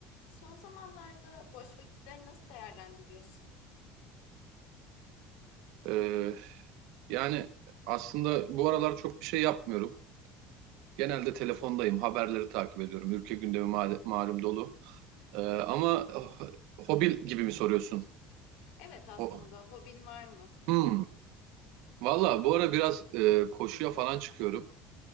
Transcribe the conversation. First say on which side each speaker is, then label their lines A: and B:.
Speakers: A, on the left (about 75°); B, on the right (about 75°).
A: Son zamanlarda boş vakitleri nasıl değerlendiriyorsun?
B: Ee, yani aslında bu aralar çok bir şey yapmıyorum. Genelde telefondayım, haberleri takip ediyorum. Ülke gündemi ma- malum dolu. Ee, ama oh, hobi gibi mi soruyorsun?
A: Evet aslında
B: O,
A: hobin var mı?
B: hmm. Valla bu ara biraz e, koşuya falan çıkıyorum.